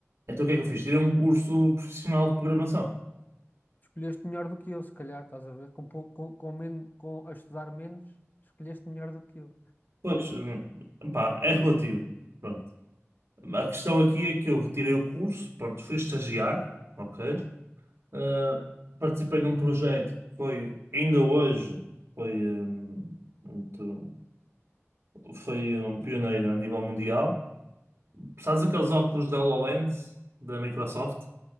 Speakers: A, on the right; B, on the left.
A: Então o que é que eu fiz? Tirei um curso profissional de programação.
B: Escolheste melhor do que eu, se calhar, estás a ver? Com, pou- com, com, men- com a estudar menos, escolheste melhor do que eu.
A: Pois, hum, pá, é relativo. Pronto. A questão aqui é que eu tirei o curso, pronto, fui estagiar, ok? Uh, participei num projeto que foi, ainda hoje, foi, um, muito- foi um pioneiro a nível mundial. Precisas daqueles óculos da HoloLens, da Microsoft,